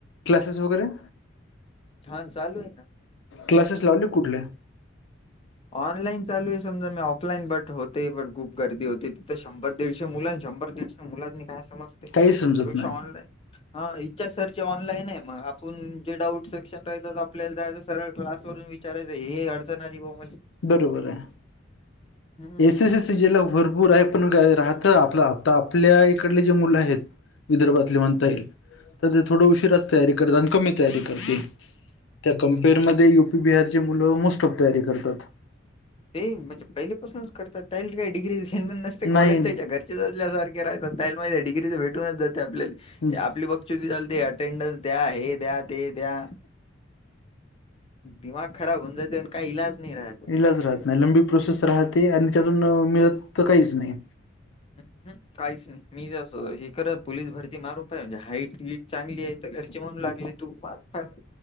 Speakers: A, on the left (about 70°); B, on the left (about 30°).
A: क्लासेस वगैरे.
B: हा चालू आहे ना.
A: क्लासेस लावले कुठले?
B: ऑनलाईन चालू आहे समजा मी ऑफलाईन बट होते बट खूप गर्दी होते तिथं शंभर दीडशे मुलां शंभर दीड- मुलांनी काय समजते? त्याच्यापेक्षा
A: काही समजत नाही
B: ऑनलाईन- हा इच्छा सरचे ऑनलाईन आहे मग आपण जे डाउट सेक्शन राहत्यात आपल्याला जायला सरळ क्लासवरू-. विचारायच हे अडचण आली भाऊ मले.
A: बरोबर आहे.
B: हं,
A: एसीसी- कि ज्याला भरपूर आहे पण घ राहत आपल हप्ता आता आपल्या इकडले जे मुलं आहेत - विदर्भातले म्हणता
B: हं.
A: येईल तर ते थोड उशीराच तयारी करतात आणि कमी तयारी करतील. त्यात - कम्पेअरमध्ये यु पी बिहारचे मुलं मोस्ट ऑफ तयारी करतात.
B: ते म्हणजे पहिलेपासूनच करतात त्यांना काही डिग्रीच घेन देन नसते कॉलेज
A: नाही
B: त्यांच्या घर- च्यासारखे राहतात त्यांना माहिती आहे डिग्री तर भेटूनच जाते आपल्याला
A: नाही
B: आपली ब- चालते अटेंडन्स द्या, हे द्या, ते द्या. दिमाग खराब होऊन जाते पण काही इलाज नाही राहत.
A: इलाज राहत नाही. लंबी प्रोसेस राहते आणि त्यातून मिळत तर काहीच नाही.
B: <inaudible> काहीच नाही मी ज असं हे कर पोलीस भरती मारून पाहिल हाईट बीईट चांगली आहे तर घरची म्हणू लागले. तू पास कर.